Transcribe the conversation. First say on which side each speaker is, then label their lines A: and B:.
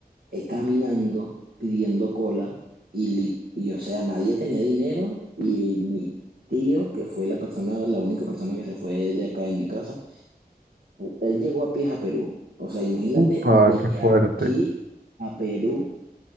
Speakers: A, on the right (about 65°); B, on the right (about 85°).
A: eh, caminando, pidiendo cola y, li- y o sea, nadie tenía dinero y mi tío, que fue la persona, la única persona que se fue de acá de mi casa, él llegó a pies a Perú. O sea, imagínate,
B: Upa,
A: de
B: qué fuerte.
A: aquí a Perú,